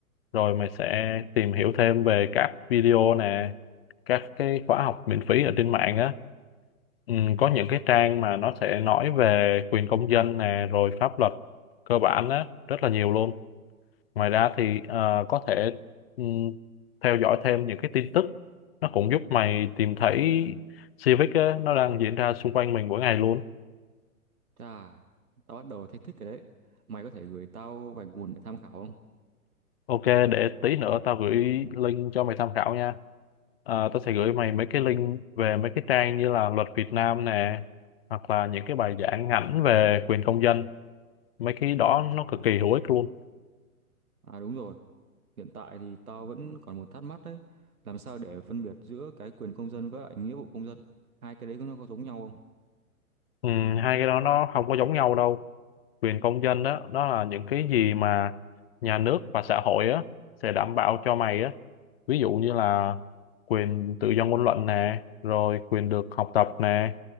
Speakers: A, on the left; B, on the right.
A: rồi mày sẽ tìm hiểu thêm về các video nè, các cái khóa học miễn phí ở trên mạng á. Ừ, có những cái trang mà nó sẽ nói về quyền công dân nè, rồi pháp luật cơ bản á, rất là nhiều luôn. Ngoài ra thì ờ, có thể ừ, theo dõi thêm những cái tin tức, nó cũng giúp mày tìm thấy Civic á, nó đang diễn ra xung quanh mình mỗi ngày luôn.
B: Chà, tao bắt đầu thấy thích cái đấy. Mày có thể gửi tao vài nguồn để tham khảo không?
A: Ok, để tí nữa tao gửi link cho mày tham khảo nha. À, tao sẽ gửi mày mấy cái link về mấy cái trang như là luật Việt Nam nè, hoặc là những cái bài giảng ngắn về quyền công dân. Mấy cái đó nó cực kỳ hữu ích luôn.
B: À đúng rồi, hiện tại thì tao vẫn còn một thắc mắc đấy. Làm sao để phân biệt giữa cái quyền công dân với lại nghĩa vụ công dân? Hai cái đấy nó có giống nhau không?
A: Ừ, hai cái đó nó không có giống nhau đâu. Quyền công dân đó, đó là những cái gì mà nhà nước và xã hội á, sẽ đảm bảo cho mày á. Ví dụ như là quyền tự do ngôn luận nè, rồi quyền được học tập nè,